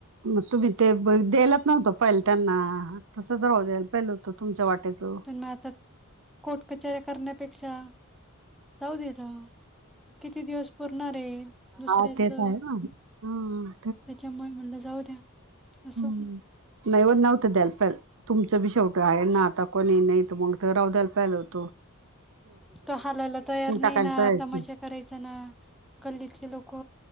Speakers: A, on the right (about 65°); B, in the centre.
A: मग तुम्ही ते द्यालाच नव्हतं पहिल त्यांना तस दवा द्यायला पहिल होत तुमच्या वाटेचं.
B: पण मग आता कोर्ट कचऱ्या करण्यापेक्षा जाऊ दिल किती दिवस पुरणार आहे दुसऱ्याच
A: हा ते
B: त्याच्यामुळे
A: तर आहे ना हा
B: म्हणलं जाऊ द्या. असं
A: हम् नाहीव नव्हतं द्याल पाहिजे तुमचं बी शेवट आहे ना आता कोणी नाही त मग तर राहू द्यायला पहिला होतो.
B: तो हालायला तयार नाही
A: टाकायला
B: ना
A: पाहिजे
B: तमाशा
A: होती.
B: करायचा ना गल्लीतले लोक